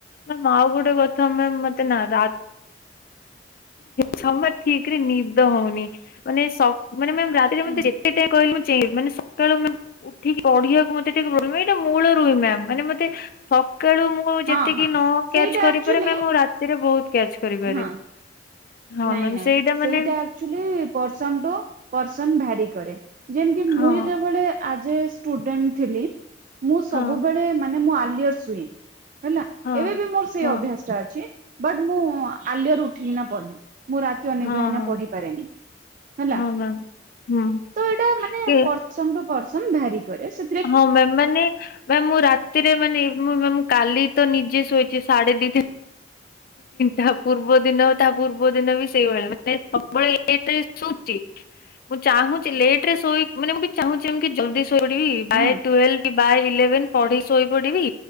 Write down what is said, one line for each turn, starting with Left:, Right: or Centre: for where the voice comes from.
Left: ମାମ ଆଉ ଗୋଟେ କଥା ମାମ ମତେ ନା ରା ସମୟ ଠିକ ରେ ନିଦଦ ହଉନି ମାନେ ମାନେ ମ୍ୟାମ ରାତି ଯେମିଟି
Right: ହଁ
Left: ଯେତେ ଟେ କହିଲି ମୁଁ ଚେଇବି ମାନେ ସ ସକାଳୁ ଉଠିକି ପଢିବାକୁ ମତେ ଟିକେ ଏଇଟା ମୂଳ ରୁହ ମ ମାନେ ମତେ ସକାଳୁ ମୁଁ
Right: ହଁ
Left: ଯେତିକି
Right: ହଁ
Left: ନ
Right: ସେଇଟା
Left: କ୍ୟାଚ କରିପାରେ
Right: ଆକ୍ଚୁଆଲି
Left: ମ୍ୟାମ ରାତିରେ ବହୁତ କ୍ୟାଚ କରିପାରେ।
Right: ହଁ
Left: ହଁ
Right: ନାଇଁ
Left: ମ୍ୟାମ୍
Right: ନାଇଁ ସେଇଟା
Left: ମାନେ
Right: ଆକଚୁଆଲି ପେରସନ ଟୁ ପେରସନ ଭାରି କରେ ଯେମତି ମୁଁ
Left: ହଁ
Right: ଯେତବେଳେ ଆ ସୁଡେଣ୍ଟ ଥିଲ ମୁଁ ସବୁବେଳେ
Left: ହଁ
Right: ମାନେ ସୁଏ। ହେଲା
Left: ହଁ
Right: ଏବେ ବି ମୋର ସେଇ
Left: ହଁ
Right: ଅଭ୍ୟାସ ଟା ଅଛି ବଟ ମୁଁ ଆଲୟରୁ ଉଠିକି ନା ପଢେ ମୁଁ ରାତି ଅନିଦ୍ରା
Left: ହଁ
Right: ହେଇକିନା
Left: ହଁ।
Right: ପଢିପାରେନି ହେଲା
Left: ହଁ ମ୍ୟାମ୍ ହୁଁ
Right: ତ ଏଇଟା ମାନେ
Left: କି
Right: ପ ପରସନ ଟୁ ପରସନ ଭାରି କରେ ସେ
Left: ହଁ ମ୍ୟାାମ ମାନେ ମ୍ୟାମ ମୁଁ ରାତିରେ ମାନେ ମ-ମ କାଲି ତ ନିଜେ ଶୋଇଛି ସାଢେ ଦି ଟା ପୂର୍ବ ଦିନ ତା ପୂର୍ବ ଦିନ ବି ସେଇଭଳିଆ ମାନେ ପ୍ରବଳ ଲେଟ ରେ ଶଉଚି। ମୁଁ ଚାହୁଁଛି ଲେଟରେ ଶୋଇ ମାନେ ମୁଁ ଚାହୁଁଛି କି ଜଲଦି ଶୋଇପଡ଼ିବି ବାଏ
Right: ହଁ
Left: ଟୁହେଲ କି ବାଏ ଇଲେଭେନ ପଢ଼ିକି ଶୋଇ ପଢିବି